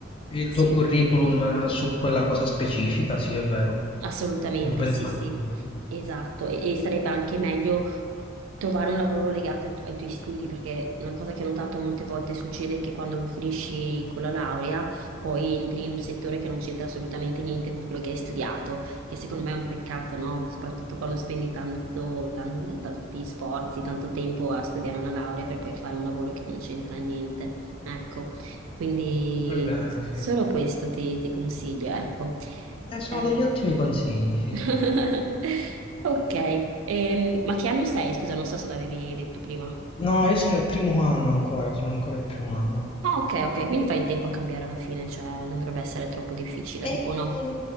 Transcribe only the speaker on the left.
il
tuo curriculum eh, su quella cosa specifica, sì, è vero.
Lo penso
anch'io, sì.
È vero, sì.
Eh,
sono
degli ottimi consigli, sì,
sì.
No, io sono il primo anno ancora, sono ancora il primo anno.
E